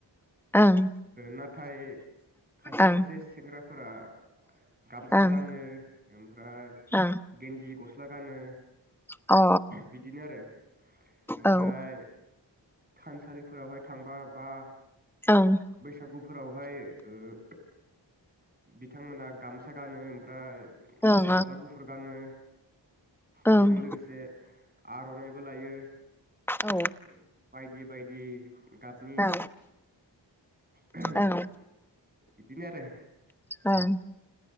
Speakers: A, in the centre; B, on the right.
A: ओं
B: नाथाय खायसे ओ
A: ओं
B: खायसे सेंग्राफोरा गाम गामसा
A: ओं
B: गानो ओमफ्राय
A: ओं
B: गेन्जि गस्ला गस्ला गानो
A: अ औ
B: बिदिनो आरो ओमफ्राय
A: औ
B: थानसालिफोरावहाय थांबा बा
A: ओं
B: बैसागु फोरावहाय ओ बिथांमोना गामसा गानो ओमफ्राय
A: ओं
B: गस्ला गुफुर गानो। <inaudible>
A: ओं
B: बेजों
A: ओं
B: लोगोसे आर'नाइबो लायो। ओ।
A: औ
B: बायदि बायदि। गाबनि
A: औ
B: बिदिनो
A: औ
B: आरो
A: ओं